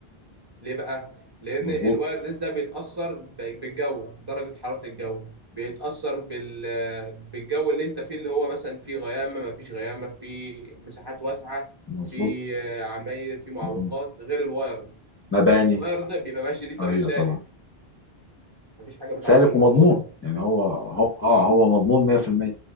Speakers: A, on the right; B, on the left.
A: ليه بقى؟ لأن
B: مظبوط
A: الوايرلس ده بيتأثر ب- بالجو درجة حرارة الجو بيتأثر بال... بالجو اللي أنت فيه اللي هو مثلا فيه غيامة ما فيش غيامة فيه مساحات واسعة
B: مظبوط
A: في آه، عماير في معوقات
B: مهم.
A: غير الوايرد
B: مباني
A: الوايرد ده بيبقى ماشي ليه طريق
B: ايوه
A: سالك
B: طبعا
A: مفيش حاجة بتعوق
B: سالك
A: الموضوع
B: ومضمون
A: ده
B: يعني هو هو اه
A: اه
B: هو مضمون 100%